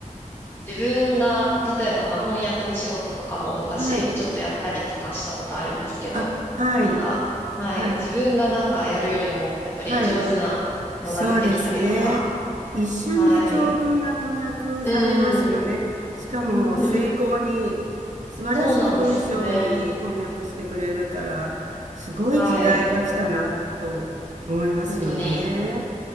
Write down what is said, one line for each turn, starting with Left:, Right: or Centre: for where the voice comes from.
Left: 自分が、例えばまあ翻訳の仕事とかも昔ちょっとやったりとかしたことあるんですけど、
Right: はい。あ、はい、
Left: なんか、はい、
Right: はい、
Left: 自分がなんかやるよりも、やっぱり上手なのが出てきたりとか、
Right: はい。そうですね。一瞬で長文が翻訳されますよね。
Left: はい。うん。
Right: しかも、
Left: <laughs>
Right: 精巧に、素晴らしい文章に翻訳してくれるから、
Left: そうなんですよね。
Right: すごい時代が来たな、
Left: はい。
Right: と思いますよね。
Left: 本当に、